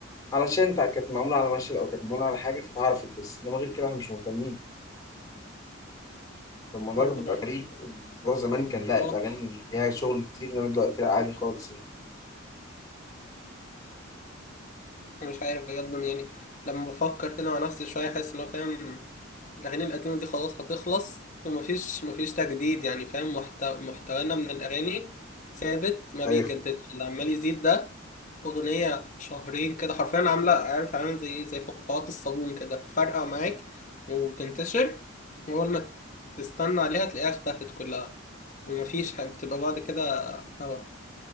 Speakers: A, on the left; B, on the left.
A: علشان تع- كانت معموله على مشهد او كانت معموله على حاجه فتعرفت بس انما غير كده احنا مش مهتمين فالموضوع
B: برضه
A: كان بيبقى
B: بقى-
A: غريب الموضوع
B: بصراحة.
A: زمان كان لا الأغاني ليها شغل كتير إنما دلوقتي لا عادي خالص يعني
B: مش عارف بجد يعني لما بفكر كده مع نفسي شوية أحس إن هو فاهم الأغاني القديمة دي خلاص هتخلص ومفيش مفيش تجديد يعني فاهم محتو... محتوانا من الأغاني ثابت ما
A: هيخلص
B: بيتجددش اللي عمال يزيد ده أغنية شهرين كده حرفيا عاملة عارف عاملة زي زي فقاعات الصابون كده تفرقع معاك وتنتشر وأول ما تستنى عليها تلاقيها اختفت كلها ومفيش ح- بتبقى بعد كده هوا